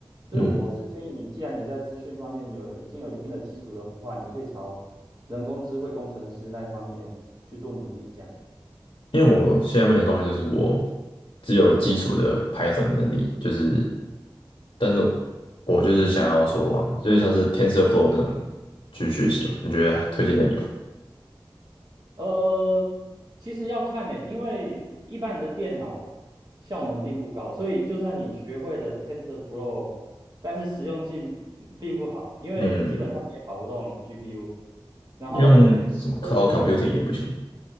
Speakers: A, on the right; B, on the left.
A: 所以我是建议你，
B: 嗯，
A: 既然你在资讯方面有已经有一定的基础的话，你可以朝人工智慧工程师那一方面去做努力，这样。
B: 因为我现在目前状态就是我只有基础的 Python 能力，就是但是我就是想要说往就是像是 TensorFlow 那种去学习嘛，你觉得推荐的你吗？
A: 呃，其实要看呢、因为一般人的电脑效能并不高，所以就算你学会了 TensorFlow，但是实用性 <laughs> 并不好，因为基本上你也跑不动
B: 嗯，
A: GPU。然后
B: 用什么
A: TensorFlow
B: Cloud Computing
A: 是，
B: 也不行。